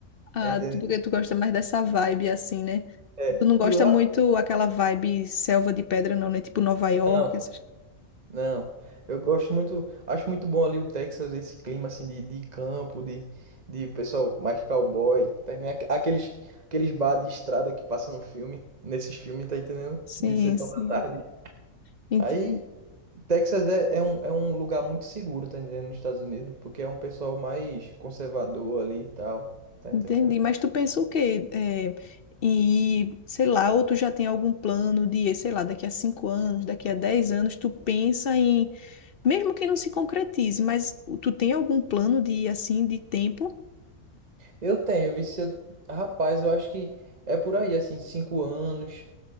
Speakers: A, on the left; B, on the right.
A: Ah,
B: tá entendendo?
A: tu- porque tu gosta mais dessa vibe assim, né?
B: É.
A: Tu não gosta
B: E lá...
A: muito aquela vibe selva de pedra, não, né? Tipo Nova York,
B: Não.
A: essas
B: Não, eu gosto muito, acho muito bom ali o Texas, esse clima assim de, de campo, de, de pessoal mais cowboy, tá entendendo? Aqu- Aqueles, aqueles bar de estrada que passa no filme, nesses filmes, tá entendendo?
A: Sim,
B: De sessão
A: sim,
B: da tarde.
A: entendi.
B: Aí, Texas é, é um, é um lugar muito seguro, tá entendendo, nos Estados Unidos, porque é um pessoal mais conservador ali e tal, tá entendendo?
A: entendi. Mas tu pensa o quê? É, e, sei lá, ou tu já tem algum plano de, sei lá, daqui a cinco anos, daqui a dez anos, tu pensa em, mesmo que não se concretize, mas tu tem algum plano de, assim, de tempo?
B: Eu tenho, vi se eu, rapaz, eu acho que é por aí, assim, cinco anos,